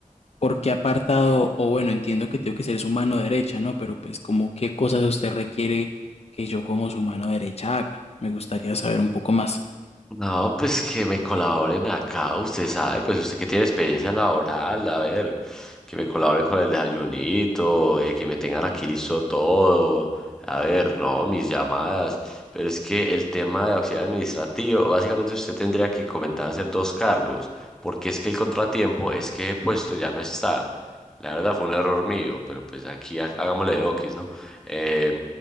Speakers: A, on the left (about 50°); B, in the centre.
A: por qué apartado, o bueno, entiendo que tengo que ser su mano derecha, ¿no? Pero pues como qué cosas usted requiere que yo como su mano derecha haga. Me gustaría saber un poco más.
B: No, pues que me colaboren acá, usted sabe, pues usted que tiene experiencia laboral, a ver, que me colaboren con el desayunito, eh, que me tengan aquí listo todo, a ver, no, mis llamadas, pero es que el tema de auxiliar administrativo, básicamente usted tendría que comentar hacer dos cargos, porque es que el contratiempo es que el puesto ya no está, la verdad fue un error mío, pero pues aquí ha- hagámosle de oquis, ¿no? eh,